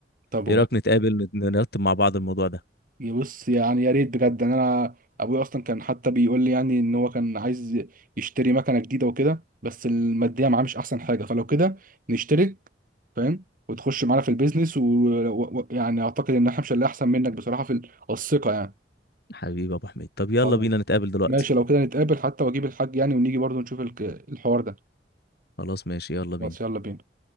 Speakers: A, on the right; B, on the left.
A: طب
B: ايه رأيك نتقابل نت- نرتب مع بعض الموضوع ده
A: بص يعني يا ريت بجد ان انا ابويا اصلا كان حتى بيقول لي يعني ان هو كان عايز يشتري مكنه جديده وكده بس الماديه معاه مش احسن حاجه فلو كده نشترك فاهم وتخش معانا في البيزنس ويعني اعتقد ان احنا مش اللي احسن منك بصراحه في ال- الثقه يعني
B: حبيبي يا ابو حميد طب يلا
A: خلاص
B: بينا نتقابل دلوقتي
A: ماشي لو كده نتقابل حتى واجيب الحاج يعني ونيجي برضه نشوف الك- الحوار ده
B: خلاص ماشي يلا بينا
A: بس يلا بينا